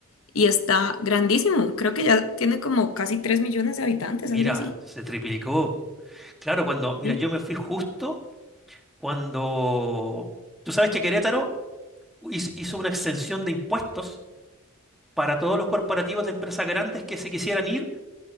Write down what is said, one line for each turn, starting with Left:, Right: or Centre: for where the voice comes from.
Left: y está grandísimo. Creo que ya tiene como casi 3 millones de habitantes,
Centre: Mira,
Left: algo así.
Centre: se triplicó. Claro, cuando, mira,
Left: Sí.
Centre: yo me fui justo cuando... Tú sabes que Querétaro hizo, hizo una exención de impuestos para todos los corporativos de empresas grandes que se quisieran ir.